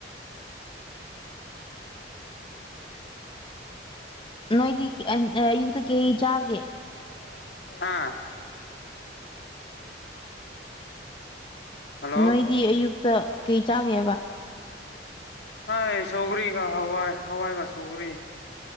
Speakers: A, on the left; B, on the left.
A: ꯅꯣꯏꯗꯤ ꯑꯌꯨꯛꯇ ꯀꯩ ꯆꯥꯒꯦ
B: INAUDIBLE ꯍꯜꯂꯣ
A: ꯅꯣꯏꯗꯤ ꯑꯌꯨꯛꯇ ꯀꯩ ꯆꯥꯒꯦꯕ
B: ꯍꯣꯢ ꯁꯧꯒ꯭ꯔꯤꯒ ꯍꯋꯥꯏ- ꯍꯋꯥꯏꯒ ꯁꯧꯒ꯭ꯔꯤ